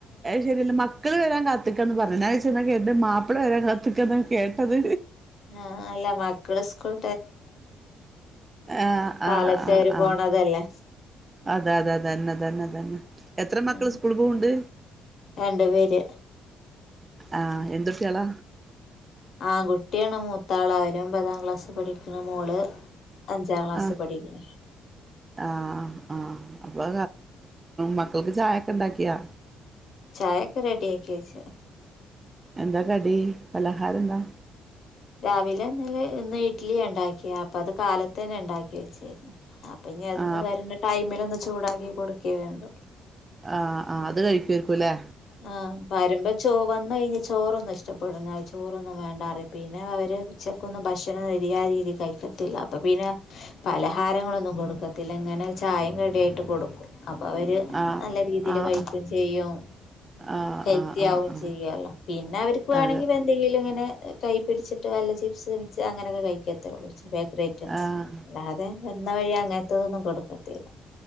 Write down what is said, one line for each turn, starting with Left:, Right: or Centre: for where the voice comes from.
Right: ശരിയ <unintelligible> ല്ല മക്കള് വരാൻ കാത്തിക്കാന്ന് പറകേട്ടത്ഞ്ഞിലെ മാപ്പിള വരാൻ കാത്തിക്കന്ന കേട്ടത്
Left: ആ അല്ല മക്കൾ സ്കൂൾ
Right: ആ ആ
Left: കാലത്തെ
Right: ആ
Left: അവര്
Right: ആ
Left: പോണതല്ലേ
Right: അതെ അതെതന്നെതന്നെ തന്നെ എത്ര മക്കൾ
Left: ഉം
Right: സ്കൂൾ പോവ്ണ്ട്
Left: രണ്ടു പേര്
Right: ആഹ് എന്ത് ട്ട്യാള
Left: ആൺകുട്ടിയാണ് മൂത്താള് അവരുഒമ്പതാം ക്ലാസ് പഠിക്ക്ണ് മോള് അഞ്ചാം ക്ലാസ്സ്
Right: ആഹ്
Left: പഠിക്ക്ണ്
Right: ആഹ് ആഹ് അപ്പൊ മക്കൾക്ക് ചായൊക്കെ ഇണ്ടാക്കിയാ
Left: ചായ ഒക്കെ റെഡി ആക്കി വച്ച്ണ്
Right: എന്ത കടി പലഹാരം ന്ത
Left: രാവിലെന്ന് ഇഡ്ലി ഉണ്ടാക്കിയ അപ്പൊ അത് കാലത്ത് തന്നെ ഉണ്ടാക്കി വെച്ച് പിന്നെ അതൊന്ന്
Right: ആഹ്
Left: വരുന്ന ടൈമില് ഒ ചൂടാക്കി കൊടുക്കേ വേണ്ടു
Right: ആഹ് ആ അത് കഴിക്കയിരിക്കും ലെ
Left: ആ വരുമ്പ ചോ വന്ന്‌ കഴിഞാ ചോറൊന്നും ഇഷ്ടപ്പെടു <unintelligible> ചോ റൊന്നും വേണ്ടാറിം പിന്നെ അവര് ഉച്ചക്കൊന്നും ഭക്ഷണം ശരിയായ രീതി കഴിക്കത്തില്ല. അപ്പ പിന്നെ പലഹാരങ്ങളൊന്നും കൊടുക്കത്തില്ല ഇങ്ങനെ ചായയും കടിയായിട്ട് കൊടുക്കും. അപ്പൊ അവര്
Right: ആഹ്
Left: നല്ല രീതീല്
Right: ആഹ്
Left: കഴിക്കും ചെയ്യും.
Right: ആഹ്
Left: ഹെൽത്തിയാവും
Right: ആഹ് ആഹ് ആഹ്
Left: ചെയ്യാലോ പിന്നെ അവര്ക്ക് വേണങ്കി
Right: ആഹ് അതെ
Left: പ്പ എന്തെങ്കിലും ഇങ്ങനെ കയ്യ് പിടിച്ചിട്ട് വല്ല ചി പ്സ് മിച് അങ്ങനെയൊക്കെ കഴിക്ക ത്തേയുള്ളൂ ചി ബേക്കറി ഐറ്റംസ്
Right: ആഹ്
Left: അല്ലാതെ വന്ന വഴി അങ്ങ ത്തൊതൊന്നും കൊടുക്കത്തേല